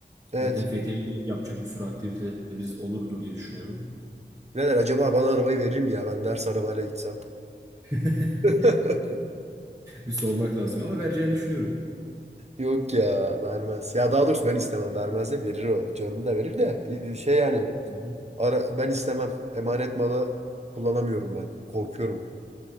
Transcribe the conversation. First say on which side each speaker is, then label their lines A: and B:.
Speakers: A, on the right; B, on the right.
A: Evet.
B: Zaten Fethiye'de yapacak bir sürü aktivitelerimiz olurdu diye düşünüyorum.
A: Birader acaba bana arabayı verir mi ya? Ben ders arabayla gitsem.
B: <laughs>
A: <laughs>
B: Bir sormak lazım ama vereceğini düşünüyorum.
A: Yok ya vermez. Ya daha doğrusu ben istemem. Vermez de verir o. Canını da verir de. Ee, Şey yani.
B: Hı hı.
A: Ara, ben istemem. Emanet malı kullanamıyorum ben. Korkuyorum.